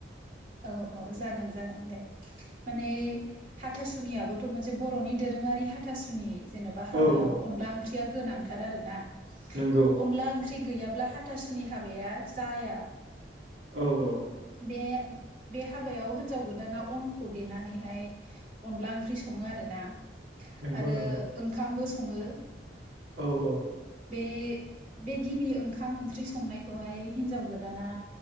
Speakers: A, on the right; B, on the right.
A: औ औ जागोन जागोन। दे माने हाथासुनियाबोथ' मोनसे बर'नि दोरोङारि हाथासुनि जेनेबा हाबायाव
B: औ औ
A: अनदला ओंख्रिया गोनांथार आरोना।
B: नंगौ
A: अनला ओंख्रि गैया ब्ला हाथासुनि हाबाया जाया।
B: औ औ।
A: बे बे हाबायाव हिनजाव गोदाना अनखौ देनानैहाय अनला ओंख्रि सङो आरो ना।
B: नंगौ
A: आरो
B: नंगौ
A: ओंखामबो <unintelligible> सङो
B: औ औ
A: बे बे <unintelligible> बि ओंखाम ओंख्रि संनायखौ हाय हिनजाव गोदाना